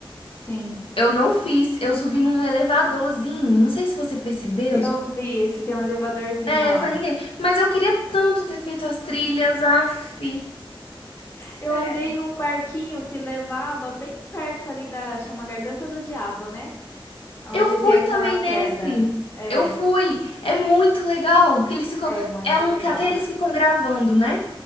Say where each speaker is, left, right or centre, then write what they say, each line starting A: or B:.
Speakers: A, on the left; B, on the left.
A: sim.
B: Eu não fiz, eu subi num elevadorzinho, não sei se você percebeu.
A: Eu vi esse tem um elevadorzinho
B: É,
A: lá.
B: foi ninguém. Mas eu queria tanto ter feito as trilhas, af. Sério.
A: Eu andei num barquinho que levava bem perto ali da, chama Garganta do Diabo, né? Onde
B: Eu fui
A: tem aquela
B: também
A: queda.
B: nesse.
A: É,
B: Eu fui. É muito legal que eles ficam.
A: é muito
B: É um
A: legal.
B: que até eles ficam gravando, né?